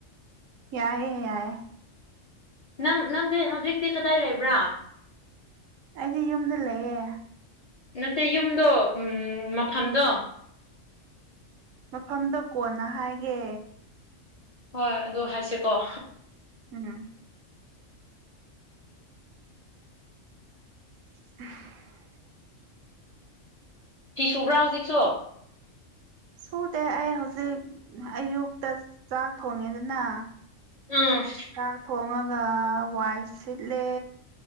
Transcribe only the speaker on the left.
ꯅꯪ ꯅꯪꯗꯤ ꯍꯧꯖꯤꯛꯇꯤ ꯀꯗꯥꯏ ꯂꯩꯕ꯭ꯔꯥ
ꯅꯠꯇꯦ ꯌꯨꯝꯗꯣ ꯎ ꯃꯐꯝꯗꯣ
ꯍꯣꯏ ꯑꯗꯨ ꯍꯥꯏꯁꯀꯣ
ꯐꯤ ꯁꯨꯕ꯭ꯔꯥ ꯍꯧꯖꯤꯛꯁꯨ
ꯑꯝ